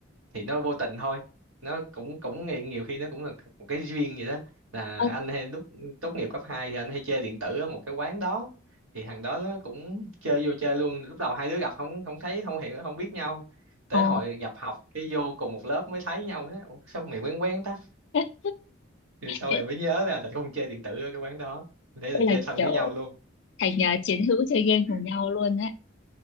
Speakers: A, on the right; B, on the left.
A: thì nó vô tình thôi nó cũng cũng nghĩ- nhiều khi nó cũng là một cái duyên vậy đó là
B: ơ
A: anh hay lúc tốt nghiệp cấp 2 thì anh hay chơi điện tử ở một cái quán đó thì thằng đó nó cũng chơi vô chơi luôn lúc đầu hai đứa gặp không không thấy không hiểu không biết nhau tới
B: ồ
A: hồi nhập học cái vô cùng một lớp mới thấy nhau Nói, Ủa, sao mày quen quen ta
B: <laughs>
A: thì sau
B: thế
A: này mới nhớ ra là không chơi điện tử ở cái quán đó thế là
B: là
A: chơi thân
B: kiểu
A: với nhau luôn
B: thành à, chiến hữu chơi game
A: <laughs>
B: cùng nhau luôn đấy